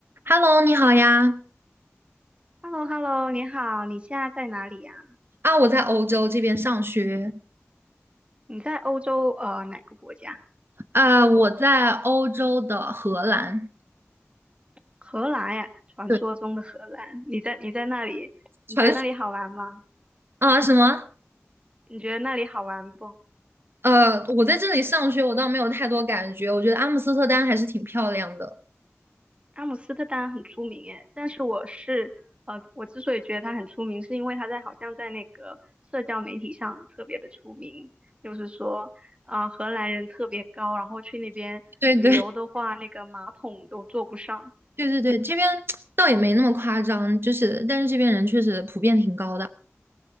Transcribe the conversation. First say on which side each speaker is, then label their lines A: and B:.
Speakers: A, on the right; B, on the right.
A: Hello，你好呀！
B: h e l l o h e l l o 你好，你现在在哪里呀、
A: 啊，我在欧洲这边上学，
B: 你在欧洲呃哪个国家？
A: 啊，我在欧洲的荷兰。
B: 荷兰呀，传说中的荷兰。
A: 对，
B: 你在你在那里，你觉得那里好玩吗？
A: 传说啊什么？
B: 你觉得那里好玩不？
A: 呃，我在这里上学，我倒没有太多感觉。我觉得阿姆斯特丹还是挺漂亮的。
B: 阿姆斯特丹很出名诶，但是我是呃，我之所以觉得它很出名，是因为它在好像在那个社交媒体上特别的出名，就是说啊、呃荷兰人特别高，然后去那边旅游的话，
A: 真的对对
B: 那个马桶都坐不上。
A: 对对对，这边倒也没那么夸张，就是但是这边人确实普遍挺高的。